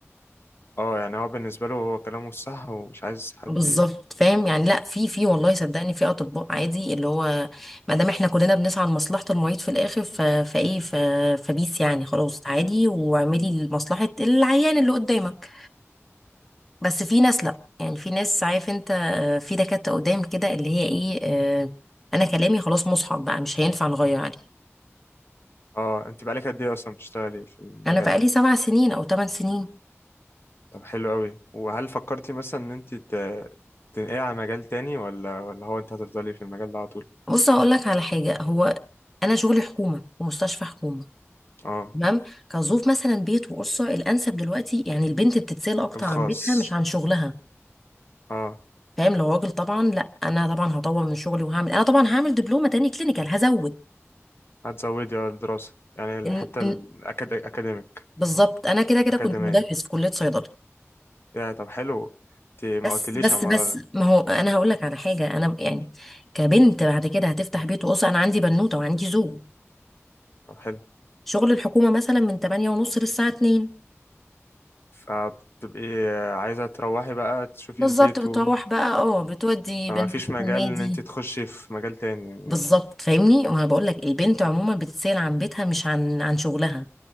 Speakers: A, on the left; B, in the centre.
A: اه يعني هو بالنسبه له هو كلامه الصح ومش عايز حد
B: بالظبط
A: ي-
B: فاهم يعني لا في في والله صدقني في اطباء عادي اللي هو ما دام احنا كلنا بنسعى لمصلحه المريض في الاخر ف... فايه ف... فبيس يعني خلاص عادي واعملي لمصلحه العيان اللي قدامك بس في ناس لا يعني في ناس عارف انت آه، في دكاتره قدام كده اللي هي ايه آه، انا كلامي خلاص مصحف بقى مش هينفع نغير عليه
A: اه انت بقالك قد ايه اصلا بتشتغلي في المجال
B: انا بقالي
A: ده
B: سبع سنين او ثمان سنين
A: طب حلو قوي وهل فكرتي مثلا ان انت ت- تنقلي على مجال تاني ولا ولا هو انت هتفضلي في المجال ده على طول
B: بص هقول لك على حاجه هو انا شغلي حكومه ومستشفى حكومه
A: اه
B: تمام كظروف مثلا بيت وقرصه الانسب دلوقتي يعني البنت بتتسال اكتر
A: الخاص
B: عن بيتها مش عن شغلها
A: اه
B: فاهم لو راجل طبعا لا انا طبعا هطور من شغلي وهعمل انا طبعا هعمل دبلومه تاني كلينيكال هزود
A: هتزودي اه الدراسه يعني الحته
B: إن... إن...
A: الاكاديميك
B: بالظبط انا كده كده
A: اكاديميه
B: كنت مدرس في كليه صيدله
A: يا طب حلو انت ما
B: بس
A: قلتليش
B: بس
A: على الموضوع
B: بس
A: ده
B: ما هو انا هقول لك على حاجه انا يعني كبنت بعد كده هتفتح بيت وقرصه انا عندي بنوته وعندي زوج
A: طب حلو
B: شغل الحكومه مثلا من 8 ونص للساعه اتنين،
A: فبتبقي عايزة تروحي بقى تشوفي
B: بالظبط
A: البيت
B: بتروح
A: و...
B: بقى اه بتودي
A: فما
B: بنتك
A: فيش مجال
B: النادي
A: ان انت تخشي في مجال تاني
B: بالظبط
A: يعني
B: فاهمني وانا بقول لك البنت عموما بتسأل عن بيتها مش عن عن شغلها